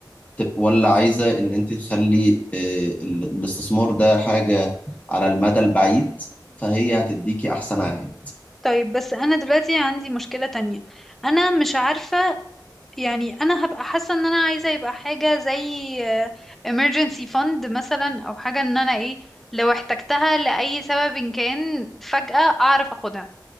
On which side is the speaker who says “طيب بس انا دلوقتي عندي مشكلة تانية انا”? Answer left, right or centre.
Centre